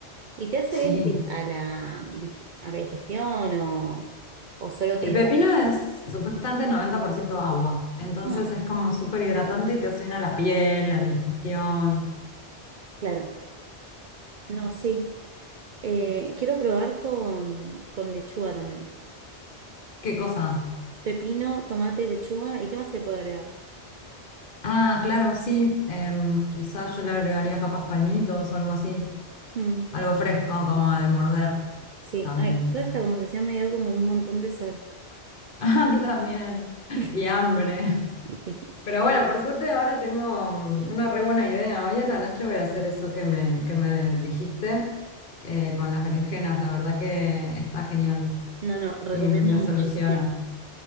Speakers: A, on the right; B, on the left.
A: ¿Y te hace
B: Sí,
A: bien que- a la, dig- a la digestión o, o solo te
B: El
A: hidrata?
B: pepino es supuestamente 90% agua, entonces
A: Mm,
B: es como súper hidratante y te hace bien a la piel, a la digestión.
A: claro. No, sí. Eh, quiero probar con, con lechuga también.
B: ¿Qué cosa?
A: Pepino, tomate, lechuga. ¿Y qué más se puede agregar?
B: Ah, claro, sí, em, quizás yo le agregaría capas palmitos o algo así,
A: Mm.
B: algo fresco como de morder
A: Sí,
B: también.
A: ay, toda esta conversación me dio como un montón de sed.
B: <laughs> A mí también,
A: <laughs>
B: y hambre.
A: Sí.
B: Pero bueno, por suerte ahora tengo mm, una re buena idea. Hoy en la noche voy a hacer eso que me, que me dijiste eh, con las berenjenas, la verdad que está genial
A: No, no, recomiendo
B: y me
A: muchísimo.
B: soluciona. <laughs>